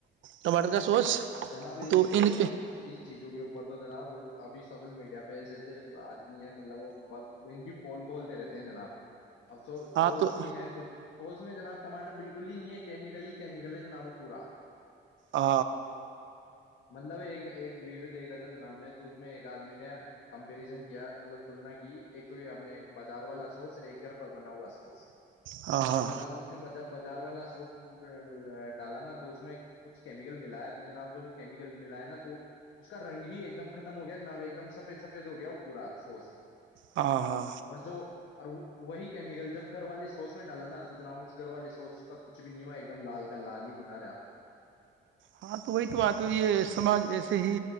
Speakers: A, on the right (about 70°); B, on the left (about 75°).
A: ٹماٹر کا سوس
B: جناب اس
A: تو
B: کے
A: ان
B: اس چیزوں کے اوپر تو جناب اب سوشل میڈیا پیسےس آدمی ہے مطلب وہ بہت بنکی پول کھولتے رہتے ہیں جناب اب سو
A: ہاں
B: سوچ
A: تو
B: کی ہے تو سو اس میں جناب ٹماٹر بالکل ہی نہیں ہے کیمیکل ہی کیمیکل ہے جناب وہ پورا
A: ہ
B: مطلب ایک ایک ویڈیو دیکھ رہا تھا جناب میں تو اس میں ایک آدمی نے کمپریزن کیا مطلب تلنا کی ایک تو اپ نے بازار والا سوس اور ایک گھر پر بنا ہوا سوس
A: ہاں ہاں
B: تو جناب اس نے بار والا سوس ڈالا نا تو اس میں کچھ کیمیکل ملایا جناب جب وہ کیمیکل ملا ہے نا تو اس کا رنگ ہی ایک دم ختم ہو گیا جناب ایک دم سفید سفید ہو گیا وہ پورا سوس
A: ہاں ہاں
B: اور جو وہی کیمیکل جب گھر والے سوس میں ڈالو نا تو جناب اس گھر والے تو اس کا کچھ بھی نہیں ہوا ایک دم لال کا لال ہی بنا رہا
A: ہاں تو وہی تو بات ہے یہ سماج ایسے ہی